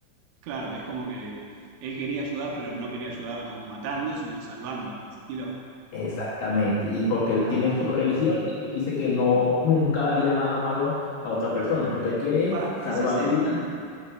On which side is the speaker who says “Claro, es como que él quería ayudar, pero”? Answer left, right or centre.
Right